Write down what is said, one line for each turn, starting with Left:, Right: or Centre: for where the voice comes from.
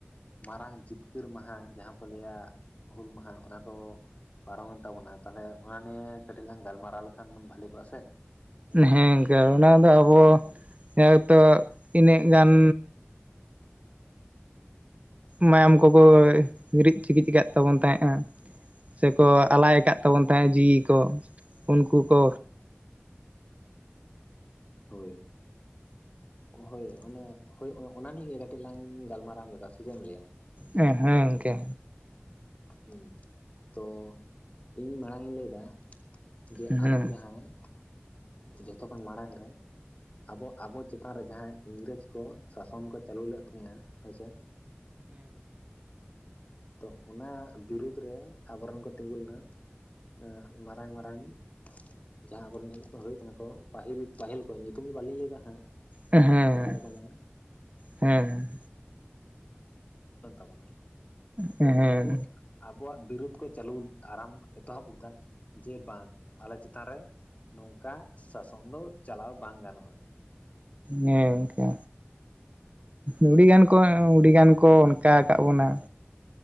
Left: ᱢᱟᱨᱟᱝ ᱡᱤᱛᱠᱟᱹᱨ ᱢᱟᱦᱟ ᱡᱟᱦᱟᱸ ᱠᱚ ᱞᱟᱹᱭᱟ ᱦᱩᱞ ᱢᱟᱦᱟ ᱚᱱᱟ ᱠᱚ ᱯᱟᱨᱚᱢᱮᱱ ᱛᱟᱵᱚᱱᱟ ᱛᱟᱦᱚᱞᱮ ᱚᱱᱟ ᱱᱤᱭᱮ ᱠᱟᱹᱴᱤᱡ ᱞᱟᱝ ᱜᱟᱞᱢᱟᱨᱟᱣ ᱞᱮᱠᱷᱟᱱ ᱵᱷᱟᱞᱤ ᱠᱚᱜᱼᱟ ᱥᱮ
Right: ᱦᱮᱸ ᱜᱚᱝᱠᱮ ᱚᱱᱟ ᱫᱚ ᱟᱵᱚ ᱱᱮᱛᱚᱜ ᱤᱱᱟᱹᱜ ᱜᱟᱱ ᱢᱟᱭᱟᱢ ᱠᱚᱠᱚ ᱦᱤᱨᱤᱡ ᱪᱤᱠᱤᱪ ᱠᱟᱜ ᱛᱟᱵᱚᱱ ᱛᱟᱦᱮᱸᱜᱼᱟ ᱾ ᱥᱮᱠᱚ ᱟᱞᱟᱭ ᱟᱠᱟᱫ ᱛᱟᱵᱚᱱ ᱛᱟᱦᱮᱸᱫ ᱡᱤᱣᱤ ᱠᱚ ᱩᱱᱠᱩ ᱠᱚ
Left: ᱦᱳᱭ ᱦᱳᱭ ᱚᱱᱟ ᱦᱳᱭ ᱚᱱᱟ ᱱᱤᱭᱮ ᱜᱮ ᱢᱤᱫ ᱞᱟᱝ ᱜᱟᱞᱟᱨᱟᱣ ᱧᱚᱜᱼᱟ ᱥᱮ ᱪᱮᱢ ᱮᱢ ᱞᱮᱭᱟ
Right: ᱦᱮᱸ ᱜᱚᱝᱠᱮ
Left: ᱦᱮᱸ ᱛᱚ ᱤᱧ ᱢᱟᱲᱟᱝ ᱤᱧ ᱞᱟᱹᱭᱫᱟ ᱡᱮ
Right: ᱦᱮᱸ ᱦᱮᱸ
Left: ᱟᱵᱚ ᱡᱟᱦᱟᱸᱭ ᱡᱚᱛᱚᱠᱷᱱ ᱢᱟᱲᱟᱝ ᱨᱮ ᱟᱫᱚ ᱟᱵᱚ ᱪᱮᱛᱟᱱ ᱨᱮ ᱡᱟᱦᱟᱸᱭ ᱤᱝᱨᱮᱡᱽ ᱠᱚ ᱥᱟᱥᱚᱱ ᱠᱚ ᱪᱟᱹᱞᱩ ᱞᱮ ᱛᱟᱦᱮᱸᱜᱼᱟ ᱾ ᱦᱳᱭᱥᱮ ᱛᱚ ᱚᱱᱟ ᱵᱤᱨᱩᱫᱽ ᱨᱮ ᱟᱵᱚᱨᱮᱱ ᱠᱚ ᱛᱤᱸᱜᱩ ᱞᱮᱱᱟ ᱮᱸᱜ ᱢᱟᱨᱟᱝ ᱢᱟᱨᱟᱝ ᱡᱟᱦᱟᱸ ᱟᱵᱚᱨᱮᱱ ᱜᱮᱠᱚ ᱦᱩᱭᱩᱜ ᱠᱟᱱᱟ ᱠᱚ ᱯᱟᱹᱦᱤᱞ ᱯᱟᱹᱦᱤᱞ ᱠᱚ ᱧᱩᱛᱩᱢ ᱫᱚ ᱵᱟᱹᱞᱤᱧ ᱞᱟᱹᱭᱫᱟ ᱦᱟᱸᱜ
Right: ᱮᱦᱮᱸ
Left: ᱮᱴᱟᱜ ᱨᱚᱠᱚᱢ
Right: ᱦᱮᱸ
Left: ᱛᱟᱵᱚᱱᱟ
Right: ᱦᱮᱸ
Left: ᱛᱚ ᱩᱱᱠᱩ ᱟᱵᱚᱣᱟᱜ ᱵᱤᱨᱩᱫᱷ ᱠᱚ ᱪᱟᱹᱞᱩ ᱟᱨᱟᱢ ᱮᱛᱚᱦᱚᱵ ᱞᱮᱫᱟ ᱡᱮ ᱵᱟᱝ ᱟᱞᱮ ᱪᱮᱛᱟᱱ ᱨᱮ ᱱᱚᱝᱠᱟ ᱥᱟᱥᱚᱱ ᱫᱚ ᱪᱟᱞᱟᱣ ᱵᱟᱝ ᱜᱟᱱᱚᱜᱼᱟ
Right: ᱦᱮᱸ ᱜᱚᱝᱠᱮ ᱟᱹᱰᱤ ᱜᱟᱱ
Left: ᱦᱳᱭ
Right: ᱠᱚ ᱟᱣᱨᱤᱭᱟᱱ ᱠᱚ ᱚᱱᱠᱟ ᱟᱠᱟᱫ ᱵᱚᱱᱟ